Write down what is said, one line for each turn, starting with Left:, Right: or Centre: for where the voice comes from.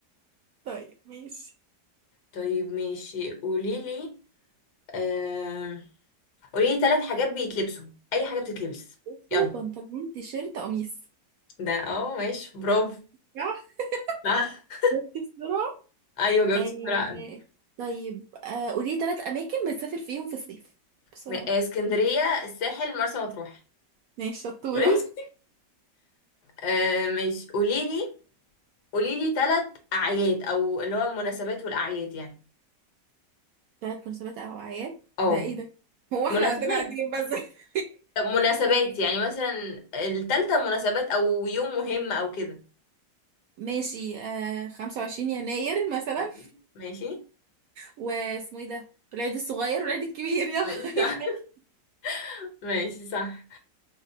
Right: طيب ماشي
Left: طيب ماشي قولي لي آه... قولي لي ثلاث حاجات بيتلبسوا اي حاجه بتتلبس
Right: وصوبة،
Left: يلا
Right: بنطلون تيشيرت قميص
Left: ده اه ماشي برافو
Right: صح
Left: صح
Right: شفتي السرعة
Left: ايوه جاوبتي
Right: آه
Left: بسرعه قوي.
Right: طيب آه قولي ثلاث اماكن بتسافر فيهم في الصيف بسرعه
Left: م- آه، اسكندريه الساحل مرسى مطروح
Right: ماشي شطورة
Left: ماشي آه ماشي قولي لي قولي لي ثلاث اعياد او اللي هو المناسبات والاعياد يعني
Right: ثلاث مناسبات او اعياد
Left: اه
Right: ده ايه ده <laughs> هو احنا
Left: مناسبات
Right: عندنا قاعدين بس <laughs>
Left: طب مناسبات يعني مثلا الثالثه مناسبات او يوم مهم او كده
Right: ماشي آه 25 يناير مثلا
Left: ماشي ماشي
Right: واسمه ايه ده العيد الصغير والعيد الكبير يلا
Left: ماشي
Right: <laughs>
Left: صح
Right: اي حاجه
Left: <laughs> ماشي صح